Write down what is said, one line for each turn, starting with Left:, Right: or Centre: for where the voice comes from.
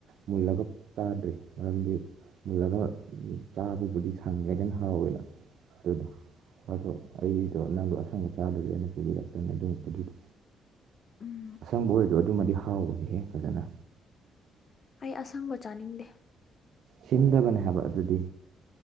Right: ꯃꯨꯜꯂꯒ ꯆꯥꯗ꯭ꯔꯤ ꯃꯔꯝꯗꯤ ꯃꯨꯜꯂꯒ ꯆꯥꯕꯕꯨꯗꯤ ꯁꯪꯏꯀꯥꯟꯗꯅ ꯍꯥꯎꯋꯦꯕꯥ ꯑꯗꯨꯗ ꯑꯗꯣ ꯑꯩꯗꯣ ꯅꯪꯗꯣ ꯑꯁꯪꯕ ꯆꯆꯥꯗꯨꯗ ꯑ ꯑꯣꯏꯅ ꯄꯨꯕꯤꯔꯛꯀꯦꯅꯦ ꯑꯗꯨꯝ ꯑꯗꯨꯗ
Left: ꯎꯝ
Right: ꯑꯁꯪꯕ ꯑꯣꯏꯔ꯭ꯁꯨ ꯑꯗꯨꯃꯗꯤ ꯍꯥꯎꯕꯅꯤꯍꯦ ꯐꯖꯅ
Left: ꯑꯩ ꯑꯁꯪꯕ ꯆꯥꯅꯤꯡꯗꯦ
Right: ꯁꯤꯟꯗꯕꯅꯦ ꯍꯥꯏꯕ ꯑꯗꯨꯗꯤ